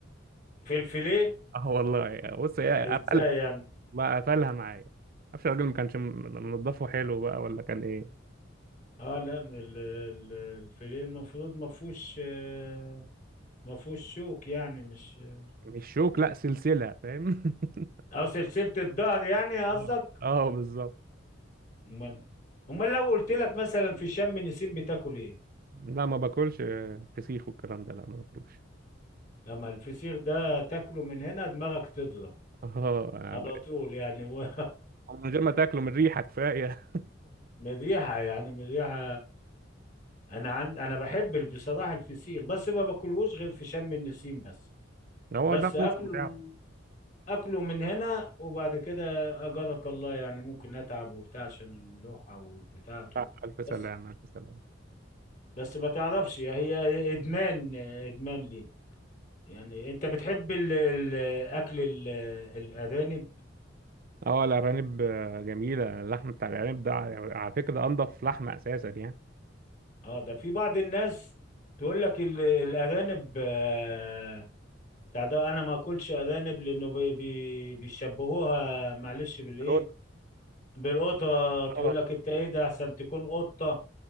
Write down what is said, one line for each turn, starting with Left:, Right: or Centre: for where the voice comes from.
Left: في الفيليه
Right: <laughs> اه والله بص هي
Left: ازاي
Right: قفلها
Left: يعني
Right: بقى قفلها معايا معرفش الراجل ما كانش م- منضفه حلو بقى ولا كان ايه
Left: اه لا ال... ال- الفيليه المفروض ما فيهوش آه، ما فيهوش شوك يعني مش آه،
Right: مش شوك لا سلسله فاهم <laughs>
Left: او سلسلة الظهر يعني
Right: اه
Left: قصدك
Right: اه بالظبط
Left: امال امال لو قلت لك مثلا في شم نسيم بتاكل ايه
Right: لا ما باكلش فسيخ والكلام ده لا ما باكلوش
Left: اما الفسيخ ده تاكله من هنا دماغك تضرب
Right: اه انا
Left: على
Right: ب-
Left: طول يعني و...
Right: من غير ما تاكله من ريحه كفايه
Left: <laughs> مذيحة يعني مذيحة انا عن... انا بحب ال- بصراحة الفسيخ بس ما باكلهوش غير في شم النسيم بس
Right: هو
Left: بس
Right: ده الموسم
Left: اكل
Right: بتاعه
Left: اكله من هنا وبعد كده اجرك الله يعني ممكن اتعب وبتاع عشان الملوحة وبتاعته
Right: آه، ألف
Left: بس
Right: سلامة ألف سلامة
Left: بس ما تعرفش هي ادمان ادمان ليه يعني انت بتحب ال- ال- الاكل ال- الارانب
Right: اه الأرانب آه، جميلة اللحم بتاع الأرانب ده على على فكرة ده أنضف لحمة أساسا يعني
Left: اه ده في بعض الناس تقول لك ال- الارانب آه، بتاع ده انا ما اكلش ارانب لانه بي بي بيشبهوها معلش بالايه
Right: القط
Left: بالقطه تقول
Right: اه
Left: لك انت ايه ده احسن تكون قطه